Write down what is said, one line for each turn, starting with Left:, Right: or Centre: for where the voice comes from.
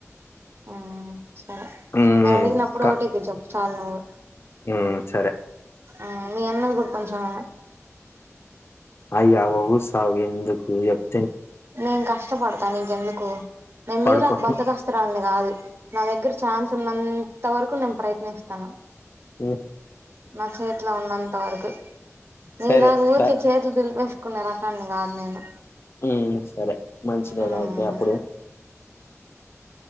Right: ఆ సరే
Left: ఉ
Right: నేను అడిగినప్పుడు
Left: క
Right: ఓ టీ పి చెప్పు చాలు నువ్వు
Left: ఉ సరే
Right: ఆ మీ అన్నయ కూడా కొంచం
Left: అయి అవ్వవు సావు ఎందుకు చెప్
Right: నేన్ కష్టపడతా నీకెందుకు నేన్
Left: పడుకో
Right: నీలా బద్దకస్తురాల్ని కాదు నా దగ్గర ఛాన్స్ ఉన్నంత తవరకు నేను ప్రయత్నిస్తాను
Left: ఏ
Right: నా చేతిలో ఉన్నంత వరకు నీలాగ
Left: సరే సరే
Right: ఊరికే చేతులు దూల్పేస్క్ కున్న రకాన్ని కాదు నేను
Left: మ్మ్ సరే మంచిదేగా
Right: ఆ
Left: అయితే అప్పుడు